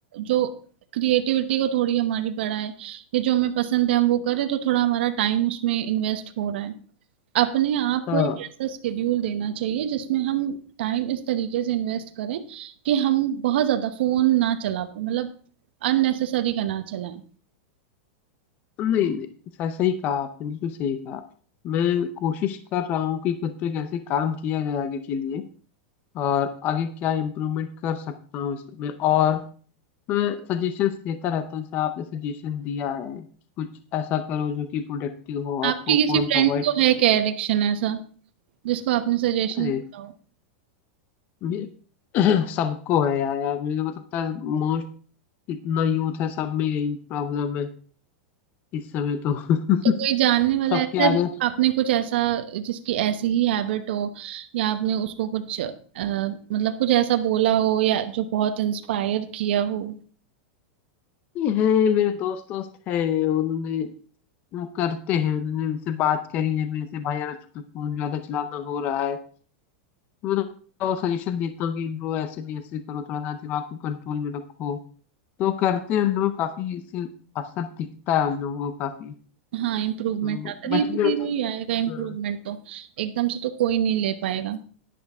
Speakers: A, on the right; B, on the left.
A: जो क्रिएटिविटी को थोड़ी हमारी बढ़ाए या जो हमें पसंद है हम वो करें तो थोड़ा हमारा टाइम उसमें इन्वेस्ट हो रहा है अपने आप
B: हाँ
A: को एक ऐसा स्केड्यूल देना चाहिए जिसमें हम टाइम इस तरीके से इन्वेस्ट करें कि हम बहुत ज्यादा फोन ना चला पाए मतलब अननेसेसरी का ना चलाएं
B: नहीं नहीं सही सही कहा आपने बिल्कुल सही कहा मैं कोशिश कर रहा हूँ कि खुद पे कैसे काम किया जाए आगे के लिए और आगे क्या इम्प्रूवमेंट कर सकता हूँ इसमें और मैं सजेशंस लेता रहता हूँ जैसे आपने सजेशन दिया है कि कुछ ऐसा करो जो कि प्रोडक्टिव हो और
A: आपके
B: वो
A: किसी
B: फोन
A: फ्रेंड
B: को अवॉइड
A: को
B: कर
A: है
B: सके
A: क्या एडिक्शन ऐसा जिसको आपने सजेशन
B: अरे
A: दिया हो?
B: मे- <clears throat> सबको है यार यार मुझे को लगता है मोस्ट इतना यूथ है सब में यही प्रॉब्लम है इस समय तो <laughs>
A: तो कोई जानने वाला
B: सबके
A: ऐसा है
B: आगे
A: जिसको आपने कुछ ऐसा जिसकी ऐसी ही हैबिट हो या आपने उसको कुछ अ, मतलब कुछ ऐसा बोला हो या जो बहुत इंस्पायर किया हो
B: है मेरे दोस्त दोस्त है उन्होंने वो करते हैं उन्होंने मेरे से बात करी है मेरे से भाई यार फोन ज्यादा चलाना हो रहा है वो तो सजेशन देता हूँ कि ब्रो ऐसे नहीं ऐसे करो थोड़ा सा दिमाग को कंट्रोल में रखो तो करते हैं उन लोग काफी इससे असर दिखता है उन लोगों को काफी
A: हाँ इम्प्रूवमेंट
B: तो
A: आता
B: बट
A: धीरे
B: ये
A: धीरे
B: होता है
A: ही
B: ना,
A: आएगा इम्प्रूवमेंट
B: हाँ,
A: तो एकदम से तो कोई नहीं ले पाएगा